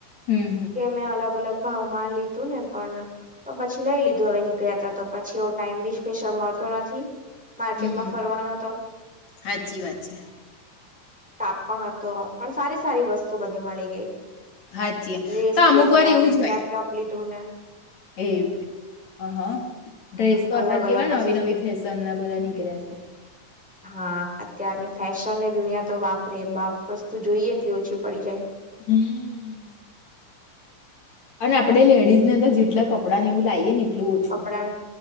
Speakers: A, on the left; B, in the centre.
A: હમ
B: કે મેં અલગ અલગ ભાવ માં લીધું ને પણ પછી લઈ લીધું હવે નીકળ્યા ત તો પછી એવો ટાઈમ બી સ્પેશિલ મળતો નથી. માર્કેટમાં
A: હમ હમ
B: ફરવાનો તો
A: સાચી વાત છે
B: તાપણ હતો પણ સારી સારી વસ્તુ બધી મળી ગઈ.
A: સાચી વાત.
B: ડ્રેસ
A: તો
B: લીધો
A: અમુક વાર
B: અને
A: એવું જ
B: કપટોપ
A: હોય
B: લીધું ને
A: એવું હ હા ડ્રેસો
B: હા અલગ
A: અત્યારે
B: અલગ
A: કેવાય
B: વસ્તુ
A: નવી નવી ફેશન ના બધા નીકળ્યા છે.
B: હા અત્યારની ફેશન ની દુનિયા તો વાપરેપ વસ્તુ જોઈએ એટલી ઓછી પડી જાય.
A: હમ. અને આપડે લેડીઝ ને તો જેટલા કપડા નેવું લીએ ને એટલું ઓછું
B: કપડા